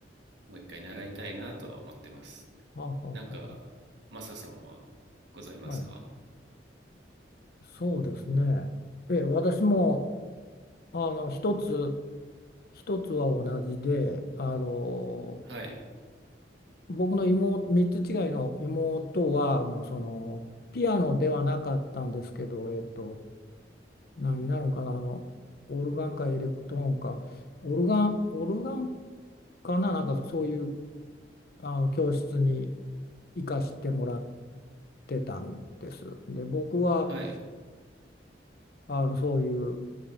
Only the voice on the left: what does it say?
はあはあは
あはあはい。そうですね。え、私も、あの、一つ、一つは同じで、あの、
僕の妹、3つ違いの妹は、あの、その、ピアノではなかったんですけど、えっと、何になるんかな、あの、オルガンかエレクトーンか、オルガン、オルガンかな、なんかそういう、あの、教室に行かしてもらってたんです。で、僕は、
あの、そういう